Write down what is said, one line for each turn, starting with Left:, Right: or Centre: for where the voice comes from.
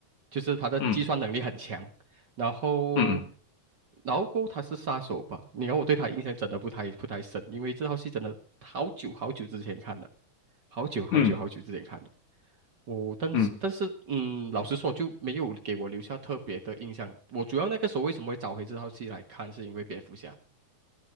Right: 就是他的计算能力很强，
Left: 嗯
Right: 然后，
Left: 嗯
Right: 然后过后他是杀手吧？你看我对他印象真的不太不太深，因为这套戏真的好久好久之前看的，好久好久好久之前看的。
Left: 嗯嗯
Right: 我但是但是嗯，
Left: 嗯
Right: 老实说就没有给我留下特别的印象。我主要那个时候为什么会找回这套戏来看，是因为蝙蝠侠。